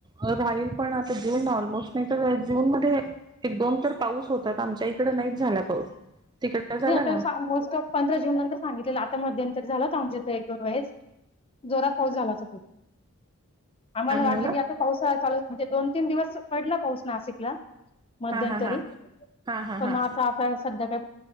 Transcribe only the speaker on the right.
राहील पण आता जेऊन ना ऑलमोस्ट नाही तर जून मध्ये एक दोन तर पाऊस होतात आमच्या इकड नाहीच झाला पाऊस तिकडे झाला
का
काय म्हणाला
हा हा हा हा हा
हा